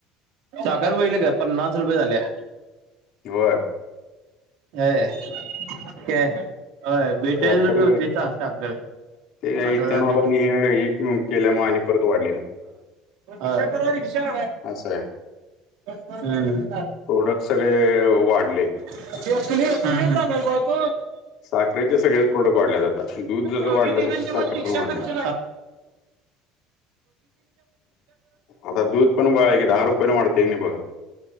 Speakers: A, on the right; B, on the left.
A: साखर बघितले का? पन्नास रुपये झाल्या.
B: व्हय.
A: अय. केय होय. बेचाळीस
B: साखर
A: रुपये होती चा साखर.
B: ते काय,
A: आता
B: इथेनॉल
A: झाली
B: आणि हे एक केल्या म परत वाढली ना.
A: हा. रिक्षा करा रिक्षा.
B: असं आहे
A: हम्.
B: प्रोडक्ट सगळे वाढले
A: <inaudible> हं. हं. हा, हा.
B: साखरेचे सगळेच प्रोडक्ट वाढलेत आता दूध जसं
A: दोघी-
B: वाढलं
A: तिघींच्या
B: तसं साखर
A: मध्ये रिक्षा
B: पण वाढले
A: करा कसं
B: आता दूध पण बघा की दहा रुपयाने वाढते की नाही बघा